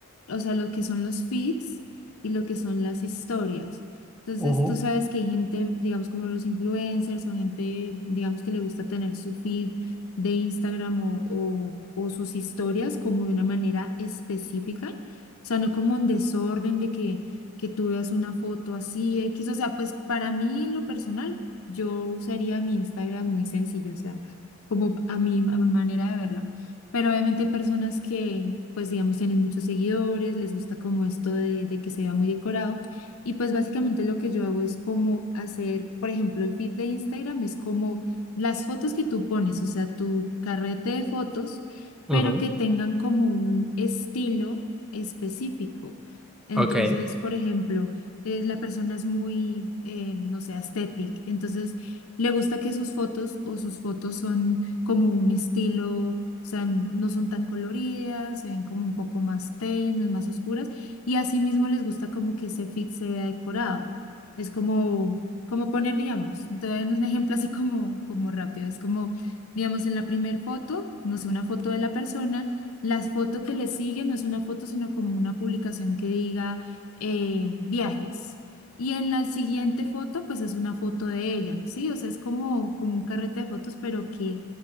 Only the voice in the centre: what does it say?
Ujú.
Ujú,
Ok,